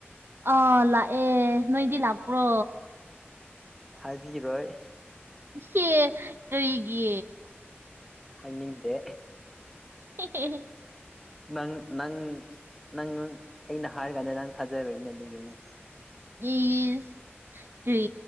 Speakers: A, on the right (about 60°); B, in the centre.
A: ꯑꯥ ꯂꯥꯛꯑꯦ ꯅꯣꯏꯗꯤ ꯂꯥꯛꯄ꯭ꯔꯣ
B: ꯍꯥꯏꯕꯤꯔꯣꯏ
A: ꯁꯦ ꯀꯔꯤꯒꯤ
B: ꯍꯥꯏꯅꯤꯡꯗꯦ
A: ꯍ ꯍꯦ ꯍ
B: ꯅꯪ ꯅꯪ ꯅꯪ ꯑꯩꯅ ꯍꯥꯏꯔꯀꯥꯟꯗ ꯅꯪ ꯊꯥꯖꯔꯣꯏꯅꯦ ꯑꯗꯨꯒꯤꯅꯤ
A: ꯏꯁ ꯀ꯭ꯔꯤ